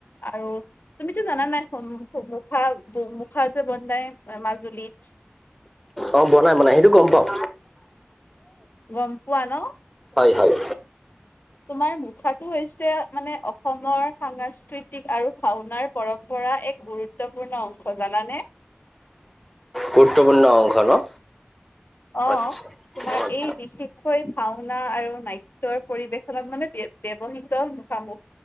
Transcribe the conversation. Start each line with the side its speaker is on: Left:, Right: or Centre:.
Left: আৰু তুমিতো জানা নাই মুখা-মুখা যে বনাই মাজুলীত।
Centre: অ বনাই-বনাই সেইটো গম পাওঁ।
Left: গম পোৱা ন?
Centre: হয়-হয়।
Left: আমাৰ মুখাটো হৈছে মানে অসমৰ সাংস্কৃতিক আৰু ভাওনাৰ পৰম্পৰা এক গুৰুত্বপূৰ্ণ অংশ জানানে?
Centre: গুৰুত্বপূৰ্ণ অংশ ন।
Left: অঁ,
Centre: আচ্ছা
Left: তোমাৰ
Centre: অ আচ্ছা
Left: এই বিশেষকৈ ভাওনা আৰু নাট্যৰ পৰিবেশনত মানে ব্য-ব্যৱহৃত মুখামুখ